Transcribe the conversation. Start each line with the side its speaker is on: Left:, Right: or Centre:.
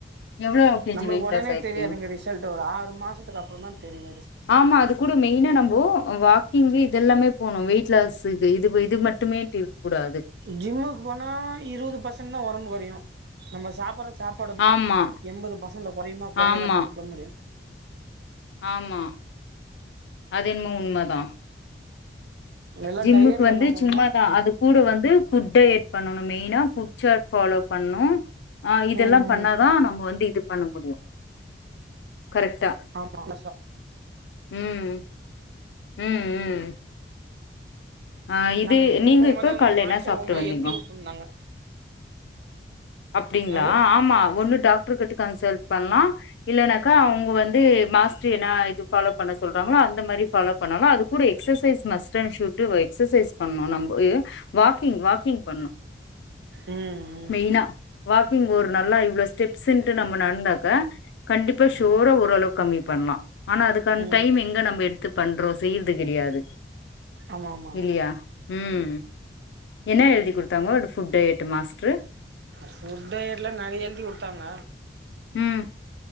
Left: எவ்ளோ கேஜி
Right: நம்மளுக்
Left: வெயிட்
Right: ஒடனே
Left: லாஸ் ஆயிருக்கீங்க
Right: தெரியாதுங்க ரிசல்டு ஒரு ஆறு மாசத்க்கு அப்றோந்தா தெரியு ரிச
Left: ஆமா அது கூட மெய்னா நம்மோ வா க்கிங் இதெல்லாமே போனு வெயிட்லாஸுக்கு இது இது மட்டுமேட்டிருக் கூடாது
Right: ஜிம்முக்கு போனா இருபது பெர்சன்ட் தா ஒடம்பு கொறையு நம்ம சாப்பற சாப்பாடுதா
Left: ஆமா
Right: எம்பது பசண்டு கொறையுமா கொறையாதா
Left: ஆமா
Right: நாம் <unintelligible> முடியு
Left: ஆமா அது என்மோ உண்மதா
Right: எல்லா
Left: ஜிம்முக்கு
Right: டயட்ல
Left: வந்து
Right: இருந்தா மட்டுந்தா
Left: சும்மாதா அதுக் கூட வந்து ஃபுட் டயட் பண்ணனு மெயினா ஃபுட்ச்சாட் ஃபாலோ பண்ணு அ இதெல்லா
Right: ம்
Left: பண்ணாதா நம்ம வந்து இது பண்ண முடியு கரெக்டா
Right: ஆமா <unintelligible>
Left: ம் ம் ம் ஆ இது
Right: நாங்க ஜிம்முக்கு
Left: நீங்க
Right: போம்போதாங்க
Left: இப்ப கால்ல
Right: மாஸ்டர்
Left: என்ன சாப்ட்டு
Right: ஒன்னு
Left: வந்தீங்கோ
Right: எழுதி குடுத்துருந்தாங்க
Left: அப்டிங்ளா
Right: என்னது
Left: ஆமா ஒண்ணு டாக்ட்ருகிட்டு கன்சல்ட் பண்லா இல்லனாக்கா அவுங்க வந்து மாஸ்டர் எனா இது ஃபாலோ பண்ண சொல்றாங்களோ அந்த மாரி ஃபாலோ பண்ணாலு அது கூட எக்சசைஸ் மஸ்ட்டு ஐம்ஷுட் எக்ஸசைஸ் பண்ணு நம்போ வாக்கிங் வாக்கிங் பண்ணு
Right: ம் ம்
Left: மெயினா வாக்கிங் ஒர் நல்லா இவ்ள ஸ்டெப்ஸ்ன்ட்டு நம்ம நடந்தாக்க கண்டிப்பா ஜோர ஓரளவு கம்மி பண்லா ஆனா அதுக்கான
Right: ம்
Left: டைம் எங்க நம்ப எடுத்து பண்றோ செய்றது கெடையாது
Right: ஆமா ஆமா
Left: இல்லியா ம் என்ன எழுதி குடுத்தாங்கோ டு ஃபுட்டைட்டம் மாஸ்ட்ரு
Right: ஃபுட்டைட்லா நெறைய எழுதி குடுத்தாங்க
Left: ம்